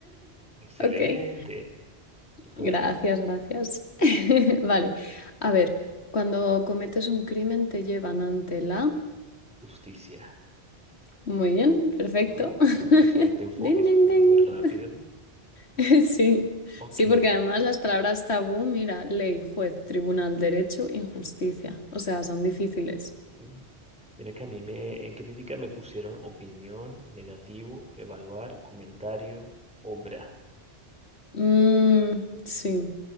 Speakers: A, in the centre; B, on the left.
A: Excelente.
B: <laughs> ok.
A: Tu turno.
B: Gracias, gracias. <laughs> Vale, a ver, cuando cometes un crimen te llevan ante la...
A: Justicia.
B: Muy bien, perfecto.
A: Ajá.
B: <laughs>
A: Excelente enfoque.
B: Ding,
A: Eso
B: ding,
A: fue
B: ding.
A: muy rápido.
B: <laughs> Sí,
A: Ok.
B: sí, porque además las palabras tabú, mira, ley, juez, tribunal, derecho, injusticia. O sea, son difíciles.
A: Mm. Mira que a mí me, en crítica me pusieron opinión, negativo, evaluar, comentario, obra.
B: Mm, sí,